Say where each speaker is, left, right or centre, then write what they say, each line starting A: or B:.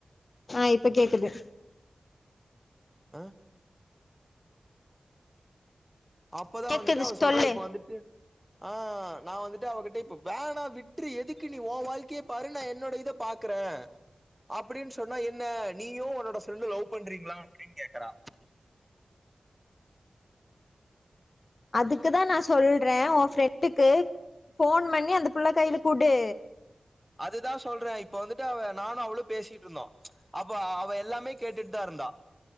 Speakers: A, on the left (about 50°); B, in the centre.
A: ஆ இப்ப கேக்குது
B: ஆ அப்பதா
A: கேக்குது
B: வந்துட்டு அவ சொல்ற
A: சொல்லு
B: இப்ப வந்துட்டு ஆ நா வந்துட்டு அவகிட்ட இப்ப வீணா விட்ரு எதுக்கு நீ ஓ வாழ்க்கைய பாரு நா என்னோட இத பாக்குறே அப்டின் சொன்னா என்ன நீயு உன்னோட ஃப்ரெண்டு லவ் பண்றீங்ளா அப்டின் கேக்குறா
A: அதுக்கு தா நா சொல் றே ஓ ஃப்ரெண்டுக்கு ஃபோன் பண்ணி அந்த புள்ள கைல குடு
B: அது தா சொல்றே இப்ப வந்துட்டு அவ நானு அவளு பேசிட்டு இருந்தோ அப்ப அவ எல்லாமே கேட்டுட்டு தா இருந்தா